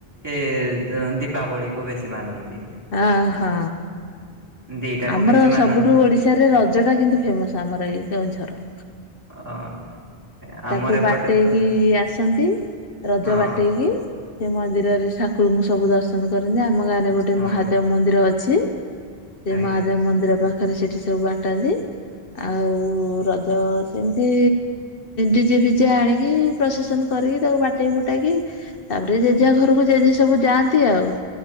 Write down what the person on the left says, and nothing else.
ଅ ହୋ।
ଆମର
ସବୁଠୁ ଓଡିଶାରେ ରଜ ଟା କିନ୍ତୁ ଫେମସ ଆମର ଏଇ କେଉଁଝର।
ତାକୁ ବାଟେଇକି
ଆସନ୍ତି ରଜ
ବାଟେଇକି। ସେ ମନ୍ଦିରରେ ଠାକୁରଙ୍କୁ ସବୁ ଦର୍ଶନ କରନ୍ତି। ଆମ ଗାଁ ରେ ଗୋଟେ
ମହାଦେବ ମନ୍ଦିର ଅଛି। ସେ
ମହାଦେବ ମନ୍ଦିର ପାଖ ପାଖରେ ସେଠି ସବୁ ବାଟାନ୍ତି। ଆଉ ରଜ ସେମିତି ଡିଜେ ଫିଜେ ଆଣିକି ପ୍ରୋସେସନ କରିକି ତାକୁ ବାଟେଇ ଫୁଟାଇକି ତାପରେ ଜେଜା ଘରକୁ ଜେଜେ ସବୁ ଯାଆନ୍ତି ଆଉ।